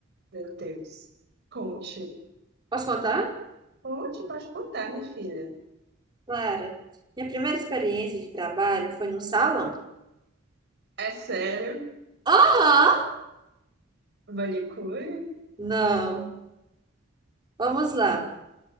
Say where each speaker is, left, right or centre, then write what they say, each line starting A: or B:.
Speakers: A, on the right; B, on the right.
A: Meu Deus. Conte.
B: Posso contar?
A: Conte, pode contar, minha filha.
B: Clara, minha primeira experiência de trabalho foi num salão.
A: É sério?
B: Aham!
A: Manicure?
B: Não. Vamos lá.